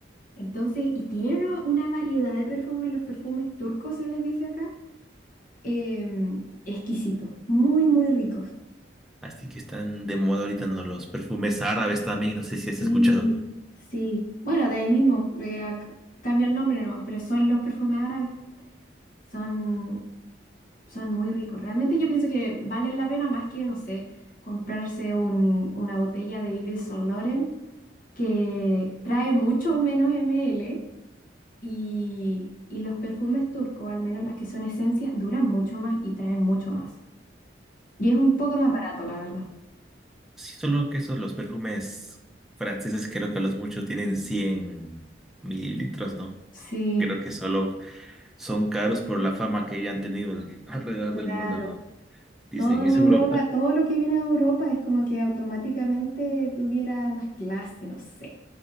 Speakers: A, on the left; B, in the centre.
A: Entonces, y tienen una, una variedad de perfumes, los perfumes turcos se les dice acá, em, exquisitos, muy, muy ricos.
B: Así que están de moda ahorita, ¿no? Los perfumes árabes también, no sé si has
A: Sí,
B: escuchado, ¿no?
A: Sí, bueno, de ahí mismo, eh, ac- cambia el nombre nomás, pero son los perfumes árabes, son, son muy ricos. Realmente yo pienso que valen la pena más que, no sé, comprarse un- una botella de Yves Saint Laurent que trae mucho menos ml Y, y los perfumes turcos, al menos las que son esencias, duran mucho más y traen mucho más. Y es un poco más barato, la verdad.
B: Sí, solo que esos los perfumes franceses creo que a los muchos tienen cien mililitros, ¿no?
A: Sí,
B: Creo que solo son caros por la fama que ya han tenido al- <laughs> alrededor
A: claro.
B: del mundo, ¿no? Dicen,
A: Todo
B: es
A: en Europa,
B: Europa.
A: todo lo que viene de Europa es como que automáticamente tuviera más clase, no sé.